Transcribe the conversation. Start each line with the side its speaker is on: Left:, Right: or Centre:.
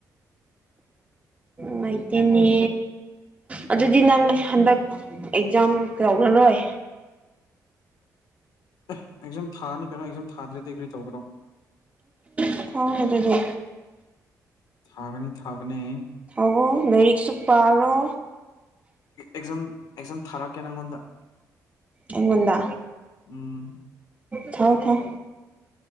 Right: ꯉꯥꯏꯇꯦꯅꯦ ꯑꯗꯨꯗꯤ ꯅꯪꯅꯦ ꯍꯟꯗꯛ ꯑꯦꯛꯖꯥꯝ ꯀꯧꯔꯔꯣꯏ
Left: ꯑꯦ ꯑꯦꯛꯖꯥꯝ ꯊꯥꯔꯅꯤ ꯀꯩꯅꯣ ꯑꯦꯛꯖꯥꯝ ꯊꯥꯗ꯭ꯔꯦ ꯗꯗꯤꯒ꯭ꯔꯤ ꯇꯧꯒ꯭ꯔꯣ
Right: ꯎ ꯊꯥꯎꯅꯦ ꯑꯗꯨꯗꯤ
Left: ꯊꯥꯒꯅꯤ ꯊꯥꯒꯅꯤ
Right: ꯑꯣ ꯂꯥꯏꯔꯤꯛꯁꯨ ꯄꯥꯔꯣ
Left: ꯑꯦꯖꯝ ꯑꯦꯛꯖꯥꯝ ꯊꯥꯔꯛꯑꯀꯦ ꯅꯪꯉꯣꯟꯗ
Right: ꯑꯡꯉꯣꯟꯗ
Left: ꯎꯝ
Right: ꯊꯥꯎ ꯊꯥꯎ